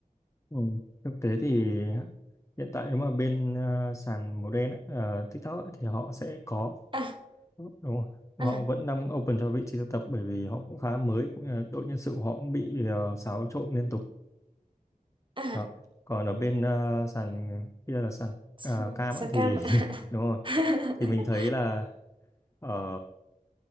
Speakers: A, on the left; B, on the right.
A: Ừ. thực tế thì hiện tại nếu mà bên ờ, sàn màu đen á, ờ, TikTok á, thì họ sẽ có
B: à
A: đúng rồi họ
B: à
A: vẫn đang open cho vị trí thực tập bởi vì họ cũng khá mới cũng như là đội nhân sự của họ cũng bị ờ, xáo trộn liên tục
B: à
A: đó còn ở bên ờ, sàn kia là sàn ờ,
B: sang,
A: cam
B: sang
A: á, thì
B: cam ạ.
A: <laughs> đúng rồi
B: <laughs>
A: thì mình thấy là ờ,